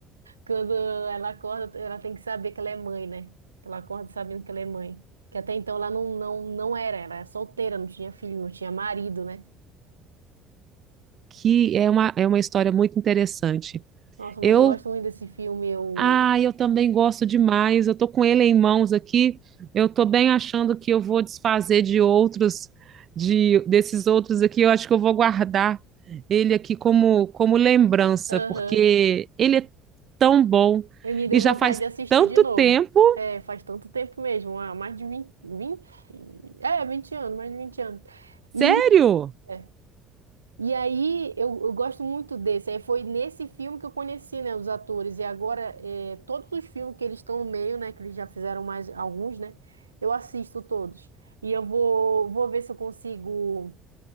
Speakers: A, on the right; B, on the right.
A: Quando ela acorda, ela tem que saber que ela é mãe, né? Ela acorda sabendo que ela é mãe. Que até então ela não, não, não era, ela era solteira, não tinha filho, não tinha marido, né?
B: que é uma, é uma história muito interessante.
A: Nossa, mas
B: Eu,
A: eu gosto muito desse filme, eu...
B: ah, eu também gosto demais. Eu tô com ele em mãos aqui. Eu tô bem achando que eu vou desfazer de outros, de desses outros aqui. Eu acho que eu vou guardar ele aqui como como lembrança,
A: Aham.
B: porque ele é tão bom
A: E me deu
B: e já
A: vontade
B: faz
A: de assistir
B: tanto
A: de novo.
B: tempo.
A: É, faz tanto tempo mesmo, ah, mais de vinte vinte É, 20 anos, mais de 20 anos.
B: Sério?
A: E... é. E aí, eu, eu gosto muito desse. Aí foi nesse filme que eu conheci, né, os atores. E agora, eh, todos os filmes que eles estão no meio, né, que eles já fizeram mais alguns, né, eu assisto todos. E eu vou, vou ver se eu consigo,